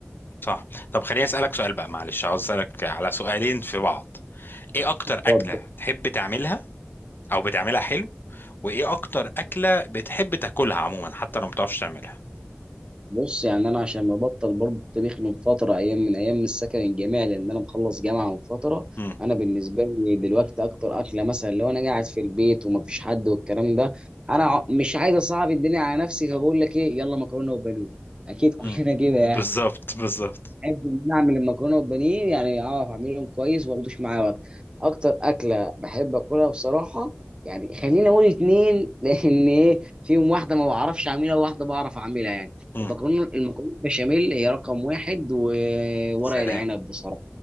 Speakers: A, on the left (about 50°); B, on the right (about 20°).
A: صح طب خليني اسالك سؤال بقى معلش عاوز اسالك على سؤالين في بعض ايه اكتر اكلة
B: طب
A: تحب تعملها او بتعملها حلو وايه اكتر اكلة بتحب تاكلها عموما حتى لو ما بتعرفش تعملها
B: بص يعني انا عشان مبطل برضه الطبيخ من فتره ايام من ايام السكن الجامعي لان انا مخلص جامعه من فتره
A: امم
B: انا بالنسبه لي دلوقتي اكتر اكله مثلا لو انا قاعد في البيت ومفيش حد والكلام ده انا ع- مش عايز اصعب الدنيا على نفسي فبقول لك ايه يلا مكرونه وبانيه اكيد كلنا
A: امم
B: كده يعني
A: بالظبط بالظبط
B: بحب ان انا اعمل المكرونه والبانيه يعني اعرف اعملهم كويس وما اخدوش معايا وقت اكتر اكله بحب اكلها بصراحه يعني خليني اقول اتنين <laughs> لان ايه فيهم واحده ما بعرفش اعملها وواحده بعرف اعملها يعني
A: امم
B: المكرونه المكرونه البشاميل هي رقم واحد وورق
A: سلام
B: العنب بصراحه